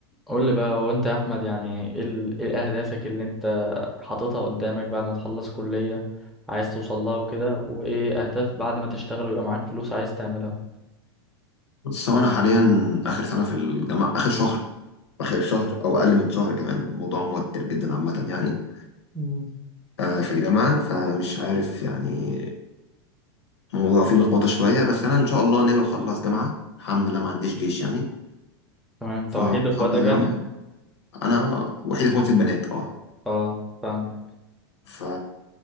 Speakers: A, in the centre; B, on the left.
A: قول لي بقى هو انت يا احمد يعني ايه ال- ايه اهدافك اللي انت حاططها قدامك بعد ما تخلص كلية عايز توصل لها وكده وايه اهداف بعد ما تشتغل ويبقى معاك فلوس عايز تعملها
B: بص هو انا حاليا اخر سنه في الجامعه اخر شهر اخر شهر او اقل من شهر كمان الموضوع موتر جدا عامه يعني
A: مم.
B: آه، في الجامعه فمش عارف يعني الموضوع فيه لخبطه شويه بس انا ان شاء الله ناوي اخلص جامعه الحمد لله ما عنديش جيش يعني
A: تمام توحيد
B: فخلص
A: اخواتك
B: جامعه
A: يعني
B: انا وحيد اخواتي البنات اه
A: اه فاهمك
B: ف